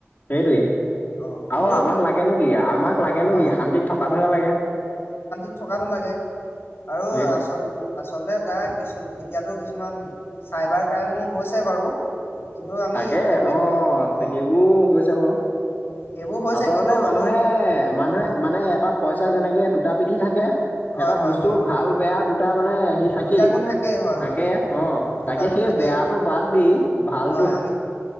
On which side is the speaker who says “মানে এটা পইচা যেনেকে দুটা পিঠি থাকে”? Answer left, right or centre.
Left